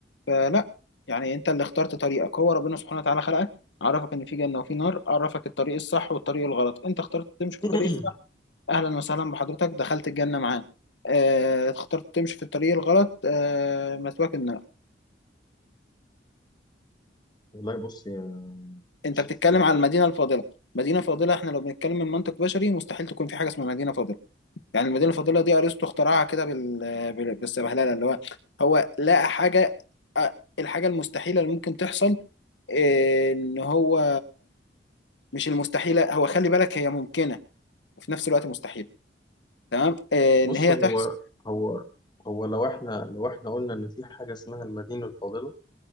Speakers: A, on the left (about 80°); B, on the left (about 25°).
A: فلا يعني انت اللي اخترت طريقك هو ربنا سبحانه وتعالى خلقك عرفك ان في جنة وفي نار عرفك الطريق الصح والطريق الغلط انت اخترت تمشي في
B: <coughs>
A: الطريق الصح اهلا وسهلا بحضرتك دخلت الجنة معانا اه اخترت تمشي في الطريق الغلط اه مثواك النار
B: <clears throat> والله بص يا
A: انت
B: يوسف
A: بتتكلم
B: أنا
A: على المدينة الفاضلة مدينة فاضلة احنا لو بنتكلم من منطق بشري مستحيل تكون في حاجة اسمها مدينة فاضلة يعني المدينه الفاضله دي ارسطو اخترعها كده بال... بال- بالسبهلله اللي هو هو لقى حاجه آه، الحاجه المستحيله اللي ممكن تحصل آه، ان هو مش المستحيله هو خلي بالك هي ممكنه وفي نفس الوقت مستحيله تمام آه، ان
B: بص
A: هي
B: هو
A: تحصل
B: هو هو لو احنا لو احنا قلنا ان في حاجه اسمها المدينه الفاضله